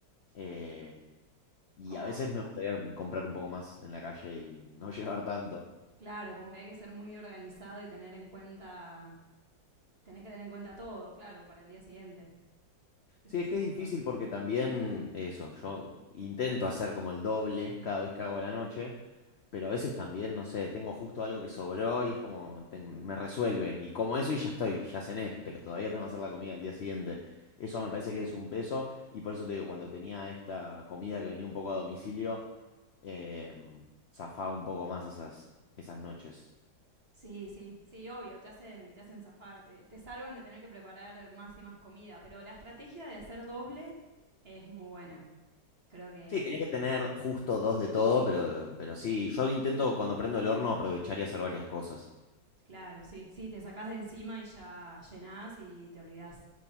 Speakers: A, on the left (about 75°); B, on the right (about 35°).
A: eh, y
B: Como,
A: a veces me gustaría comprar un poco más en la calle y no <laughs> llevar tanto.
B: Claro, como que hay que ser muy organizado y tener en cuenta, tenés que tener en cuenta todo, claro, para el día siguiente. Ese
A: Sí, es
B: es
A: que
B: un
A: es
B: montón.
A: difícil porque también eso, yo intento hacer como el doble cada vez que hago a la noche, pero a veces también, no sé, tengo justo algo que sobró y es como ten- me resuelve. Y como eso y ya estoy, ya cené, pero todavía tengo que hacer la comida al día siguiente. Eso me parece que es un peso y por eso te digo, cuando tenía esta comida que venía un poco a domicilio, eh, zafaba un poco más esas, esas noches.
B: Sí, sí, sí, obvio, te hacen, te hacen zafar, te, te salvan de tener que preparar más y más comida, pero la estrategia de hacer doble es muy buena. Creo que,
A: Sí, tenés que tener justo dos de todo, pero, pero sí, yo intento cuando prendo el horno aprovechar y hacer varias cosas.
B: claro, sí, sí, te sacás de encima y ya llenás y te olvidás.